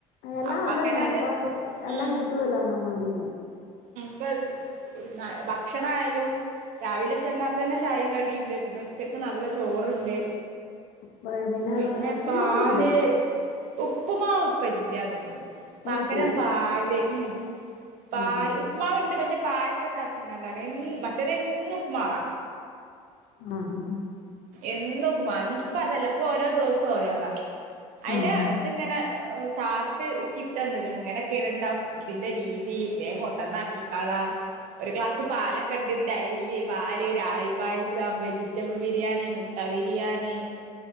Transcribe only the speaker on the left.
എല്ലാം
ഉണ്ടല്ല
ഇപ്പൊ എല്ലാം
കിട്ടുവല്ല അങ്ങമടിയിൽ
ഇപ്പൊ
ഉപ്പുമാവില്ലേ
നിർത്തിയോ
ആഹാ
ആഹ് ആഹ്
ആഹാ